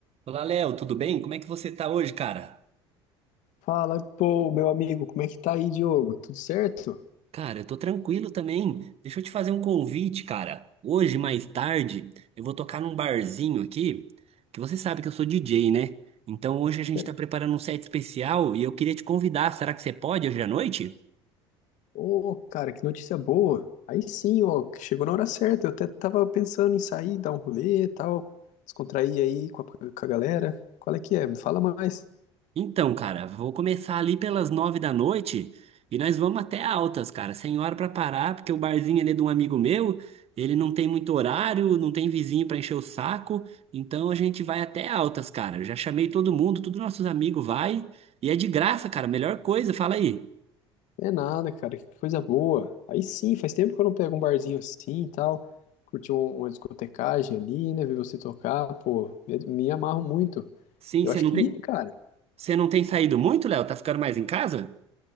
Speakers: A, on the right; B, on the left.
A: Olá, Léo, tudo bem? Como é que você tá hoje, cara?
B: Fala, pô, meu amigo, como é que tá aí, Diogo? Tudo certo?
A: Cara, eu tô tranquilo também. Deixa eu te fazer um convite, cara. Hoje, mais tarde, eu vou tocar num barzinho aqui, que você sabe que eu sou DJ, né? Então hoje a gente
B: Certo.
A: tá preparando um set especial e eu queria te convidar. Será que você pode hoje à noite?
B: Ô, cara, que notícia boa. Aí sim, ó, que chegou na hora certa. Eu até tava pensando em sair, dar um rolê e tal, descontrair aí com a, com a galera. Qual é que é? Me fala mais.
A: Então, cara, vou começar ali pelas nove da noite e nós vamos até altas, cara, sem hora pra parar, porque o barzinho ali é de um amigo meu, ele não tem muito horário, não tem vizinho pra encher o saco, então a gente vai até altas, cara. Eu já chamei todo mundo, todos nossos amigos vai e é de graça, cara, melhor coisa, fala aí.
B: É nada, cara, que coisa boa. Aí sim, faz tempo que eu não pego um barzinho assim e tal, curti um- uma discotecagem ali, né, ver você tocar, pô, me, me amarro muito.
A: Sim,
B: Eu
A: você
B: acho
A: não
B: que
A: tem,
B: vira, hein, cara.
A: você não tem saído muito, Léo? Tá ficando mais em casa?